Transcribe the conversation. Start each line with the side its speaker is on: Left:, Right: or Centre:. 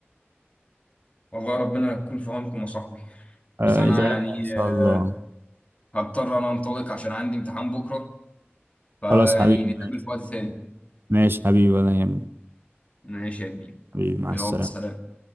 Left: والله ربنا يكون في عونكم يا صاحبي
Right: آه،
Left: بس انا
Right: زعلنا
Left: يعني
Right: ان شاء
Left: آه،
Right: الله
Left: هضطر انا انطلق عشان عندي امتحان بكره فيعني
Right: خلاص حبيبي
Left: نتقابل
Right: ماشي
Left: في وقت ثاني
Right: ماشي حبيبي ولا يهمك
Left: ماشي يا كبير
Right: حبيبي مع
Left: يلا
Right: السلامة
Left: سلام